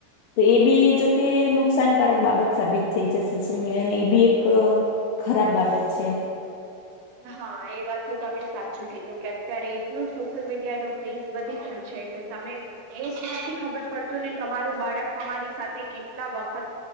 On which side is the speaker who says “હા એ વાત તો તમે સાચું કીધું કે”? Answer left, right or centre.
Right